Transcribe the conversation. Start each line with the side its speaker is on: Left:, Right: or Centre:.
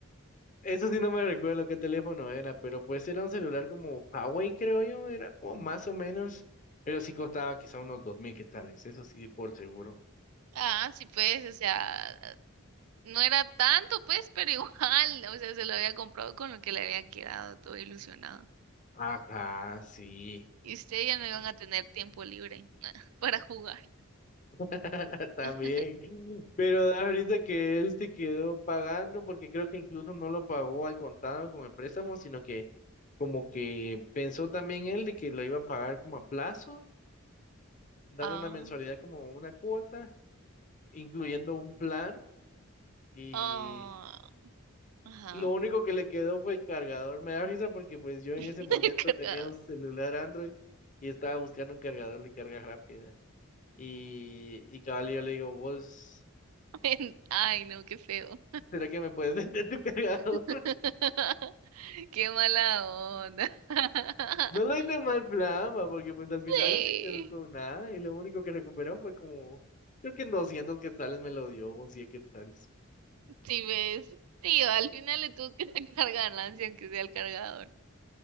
Left: Eso sí no me recuerdo qué teléfono era, pero pues era un celular como Huawei, creo yo, era como más o menos, pero sí costaba quizá unos dos mil quetzales, eso sí, por seguro.
Right: Ah, sí, pues, o sea, no era tanto, pues, pero <laughs> igual, o sea, se lo había comprado con lo que le había quedado, todo ilusionado.
Left: Ajá, sí.
Right: Y ustedes ya no iban a tener tiempo libre <laughs> para jugar.
Left: <laughs> También,
Right: <laughs>
Left: pero da ahorita que él se quedó pagando, porque creo que incluso no lo pagó al contado con el préstamo, sino que como que pensó también él de que lo iba a pagar como a plazo, dando
Right: Ah,
Left: una mensualidad como una cuota, incluyendo un plan, y,
Right: ah, ajá.
Left: y lo único que le quedó fue el cargador. Me da risa porque pues yo en
Right: <laughs>
Left: ese momento
Right: El cargador.
Left: tenía un celular Android y estaba buscando un cargador de carga rápida. Y, y cabal, yo le digo, vos,
Right: <laughs> Ay, no, qué feo.
Left: ¿será que me puedes <laughs> vender tu cargador?
Right: <laughs> Qué mala onda. <laughs>
Left: No lo hice en mal plan, va, porque pues al final
Right: Sí,
Left: no se quedó con nada y lo único que recuperó fue como, creo que en 200 quetzales me lo dio, un 100 quetzales.
Right: sí ves. Sí, al final le tuvo que sacar ganancia, aunque sea el cargador,